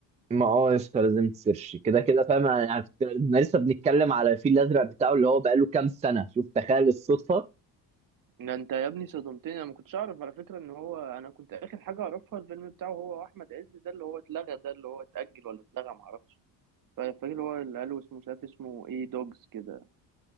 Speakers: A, on the right; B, on the right.
A: ما اه يا اسطى لازم تسيرش كده كده فاهم يعني كنت- احنا لسه بنتكلم على الفيل الازرق بتاعه اللي هو بقاله كام سنه شوف تخيل الصدفه
B: ده انت يا ابني صدمتني انا ما كنتش اعرف على فكره ان هو انا كنت اخر حاجه اعرفها الفيلم بتاعه هو احمد عز ده اللي هو اتلغى ده اللي هو اتاجل ولا اتلغى ما اعرفش فا- فاكر اللي هو اللي قالوا اسمه مش عارف اسمه ايه دوجز كده